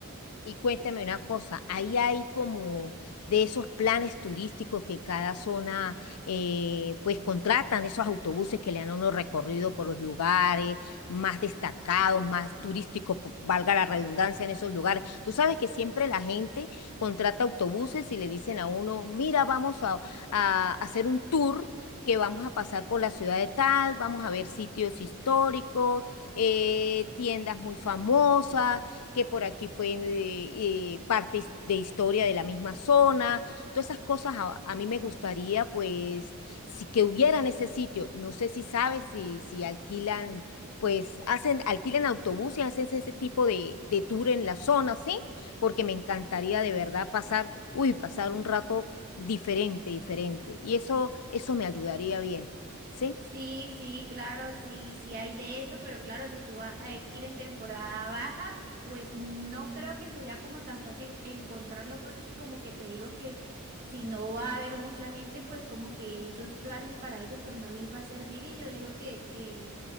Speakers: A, on the left; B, on the right.
A: Y cuéntame una cosa, ahí hay como de esos planes turísticos que cada zona eh, pues contratan, esos autobuses que le dan a uno recorrido por los lugares más destacados, más turísticos, po- valga la redundancia en esos lugares. Tú sabes que siempre la gente contrata autobuses y le dicen a uno, mira, vamos a, a hacer un tour. que vamos a pasar por la ciudad de tal, vamos a ver sitios históricos, eh, tiendas muy famosas, que por aquí fue eh, eh, parte his- de historia de la misma zona, todas esas cosas a, a mí me gustaría pues si que hubiera en ese sitio, no sé si sabes si, si alquilan, pues hacen, alquilan autobuses, hacen ese tipo de, de tour en la zona, ¿sí? Porque me encantaría de verdad pasar, uy, pasar un rato diferente, diferente, y eso, eso me ayudaría bien, ¿sí?
B: Sí, sí, claro, sí, sí hay de eso, pero claro, si tú vas a ir en temporada baja, pues no creo que sería como tan fácil encontrarlo porque como que te digo que si no va a haber mucha gente, pues como que esos planes para ellos pues no les va a servir y yo digo que, que